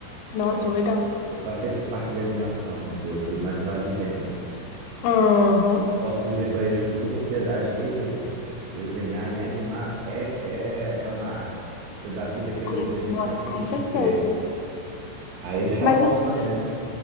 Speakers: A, on the left (about 85°); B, on the right (about 90°).
A: Nossa,
B: eu,
A: legal.
B: eu passei por parte de animação, né? Que eu fui mais pro lado de games.
A: Aham.
B: Eu posso dizer para eles com toda propriedade que desenhar e animar é, é, é uma arte. Você dá vida àquele
A: Com-
B: desenho,
A: Nossa,
B: por mais simples
A: com certeza.
B: que seja. Aí eles falavam
A: Mas assim.
B: isso também.